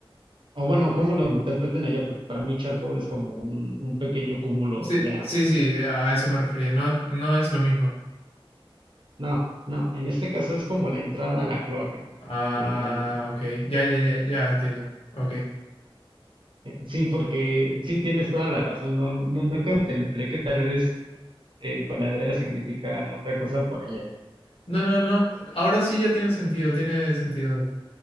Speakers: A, on the right (about 55°); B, on the left (about 85°).
A: O bueno, cómo lo interpreten allá, porque para mí charco es como un, un pequeño cúmulo
B: Sí,
A: de agua.
B: sí, sí, a eso me refería. No, es- no es lo mismo.
A: No, no, en este caso es como la entrada a la cloaca.
B: Ah,
A: Al, al,
B: ok. Ya, ya, ya, ya entiendo. Ok.
A: eh, sí, porque sí tienes toda la razón. No, no, no contemplé que tal vez eh, coladera significa otra cosa por allá.
B: No, no, no. Ahora sí ya tiene sentido, tiene sentido.